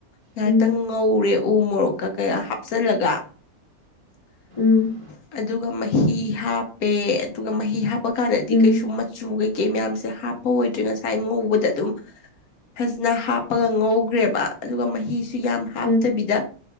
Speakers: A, on the left (about 80°); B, on the left (about 35°).
A: ꯉꯥꯏꯍꯥꯛꯇꯪ
B: ꯎꯝ ꯎꯝ ꯎꯝ
A: ꯉꯧꯔꯦ ꯎ ꯃꯣꯔꯣꯛꯀꯥ ꯀꯩꯒ ꯍꯥꯞꯆꯜꯂꯒ
B: ꯎꯝ
A: ꯑꯗꯨꯒ ꯃꯍꯤ ꯍꯥꯞꯄꯦ ꯑꯗꯨꯒ ꯃꯍꯤ ꯍꯥꯞꯄ ꯀꯥꯟꯗꯗꯤ
B: ꯎꯝ ꯎꯝ
A: ꯀꯩꯁꯨ ꯆꯨ ꯀꯩꯀꯩ ꯃꯌꯥꯝꯁꯦ ꯍꯥꯞꯄ ꯑꯣꯏꯗ꯭ꯔꯦ ꯉꯁꯥꯏ ꯉꯧꯕꯗ ꯑꯗꯨꯝ ꯐꯖꯅ ꯍꯥꯞꯄꯒ ꯉꯧꯈ꯭ꯔꯦꯕ ꯑꯗꯨꯒ ꯃꯍꯤꯁꯨ ꯌꯥꯝ ꯍꯥꯞꯇꯕꯤꯗ
B: ꯎꯝ ꯎꯝ ꯎꯝ